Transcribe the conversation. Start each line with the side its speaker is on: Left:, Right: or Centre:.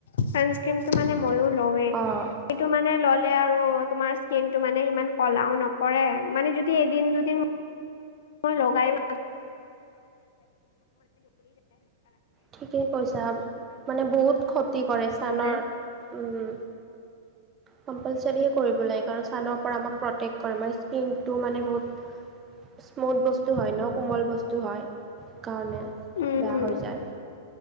Left: ছানস্ক্ৰিমটো মানে মইও লৱে। এইটো
Right: অ',
Left: মানে ললে আৰু তোমাৰ স্কিনটো মানে ইমান কলাও নপৰে, মানে যদি এদিন দুদিন ম লগাইও
Right: ঠিকেই কৈছা। মানে বহুত ক্ষতি কৰে ছালৰ
Left: <unintelligible> <inaudible>
Right: উম।
Left: <inaudible>
Right: কম্পালচাৰীয়ে কৰিব লাগে, কাৰণ সানৰ পৰা আমাক প্ৰটেক্ট কৰে আমাৰ স্কিনটো মানে বহুত স্মুথ বস্তু হয় ন' কোমল বস্তু হয়, সেই কাৰণে
Left: উম
Right: বেয়া
Left: উম
Right: হৈ যায়।